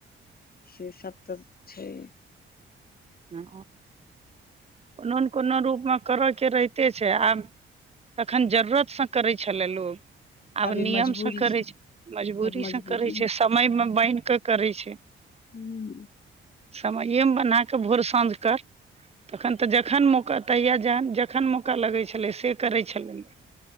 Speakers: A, on the left; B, on the right.
A: से सब तऽ छै।
B: हां, कोनो ने कोनो रूपमे करऽ के रहिते छै आब तखन जरूरत सँ करै छलै लोग आब
A: अभी
B: नियमसँ
A: मजबूरी
B: करै छै मजबूरीसँ
A: आब मजबूरी
B: करै छै समयमे बान्हि कऽ करै छै
A: हूँ
B: समइएमे बना कऽ भोर साँझ कर तखन तऽ जखन मौका तहियआ जहन जखन मौका लगै छलै से करै छलय